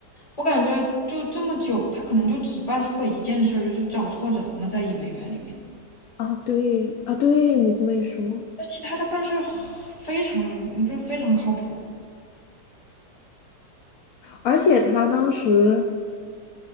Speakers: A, on the left; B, on the left.
A: 我感觉就这么久，他可能就只办错过一件事儿，就是找错人了，在伊梅园里面。
B: 啊。对啊，对你这么一说，
A: 那其他他办事儿非常就非常靠谱。
B: 而且他当时